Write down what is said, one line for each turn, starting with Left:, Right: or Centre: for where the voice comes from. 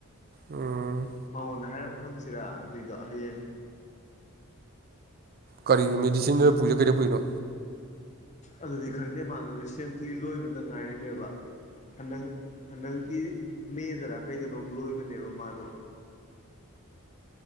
Right: ꯎꯝ
Left: ꯃꯉꯣꯟꯗ ꯍꯥꯏꯔꯞ ꯍꯪꯁꯤꯔꯥ ꯑꯗꯨꯏꯗꯣ ꯍꯌꯦꯡ
Right: ꯀꯔꯤ ꯃꯦꯗꯤꯁꯤꯟꯗ ꯄꯨꯏꯔꯣ ꯀꯩꯗ ꯄꯨꯏꯅꯣ
Left: ꯑꯗꯨꯗꯤ ꯈꯪꯗꯦ ꯃꯥꯗꯣ ꯔꯤꯁꯦꯟꯠꯂꯤ ꯂꯣꯏꯕꯗ ꯉꯥꯏꯔꯤꯃꯦꯕ ꯍꯟꯗꯪ ꯍꯟꯗꯪꯒꯤ ꯃꯦꯗꯔ ꯀꯩꯗꯅꯣꯝ ꯂꯣꯏꯕꯅꯦꯕ ꯃꯥꯗꯣ